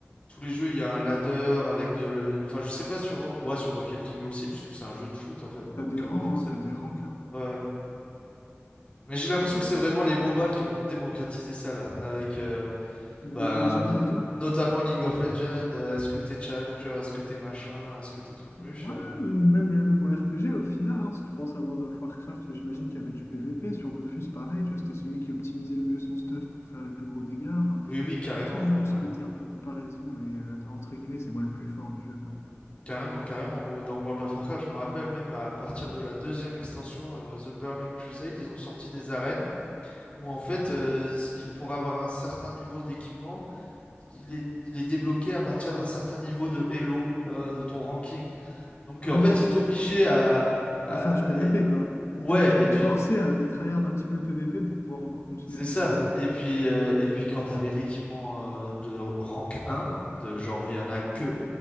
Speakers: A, on the left; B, on the left.
A: tous les jeux, il y a un ladder avec de le- enfin je sais pas sur ouais, sur Rocket League aussi puisque c'est un jeu de foot en fait. Donc
B: T'as des rangs,
A: euh, forcément.
B: hein, t'as des ranks, hein.
A: Ouais. Mais j'ai l'impression que c'est vraiment les MOBA qui ont démocratisé ça là avec euh,
B: League
A: bah,
B: of Legends
A: not-
B: et tout.
A: notamment League of Legends, euh, est-ce que t'es challenger, est-ce que t'es machin, est-ce que t'es truc
B: Ouais,
A: muche euh,
B: même, même les MMORPG au final, hein, si tu penses à World of Warcraft, j'imagine qu'il y avait du PvP, sur Dofus pareil, tu vois, c'était celui qui optimisait le mieux son stuff pour faire les plus gros dégâts, enfin,
A: Oui oui, carrément,
B: toujours eu
A: carrément.
B: ce côté un peu comparaison et euh, entre guillemets, c'est moi le plus fort du jeu, quoi.
A: Carrément, carrément. Wo- Dans World of Warcraft, je me rappelle même à partir de la deuxième extension, euh, The Burning Crusade, ils ont sorti des arènes. où en fait, euh, il- pour avoir un certain niveau d'équipement, il est, il est débloqué à partir d'un certain niveau de Elo, euh, de ton ranking. Donc
B: Ok,
A: euh, en fait, il t'obligeait à, à-
B: à faire du PvP,
A: et-
B: quoi. Il
A: Ouais,
B: t'oblige, il
A: et puis
B: te forçait à aller tryhard un petit peu le PvP pour pouvoir encore continuer
A: c'est
B: à t'améliorer.
A: ça. Et puis, euh, et puis quand tu avais l'équipement euh, de rank un, de genre il y en a que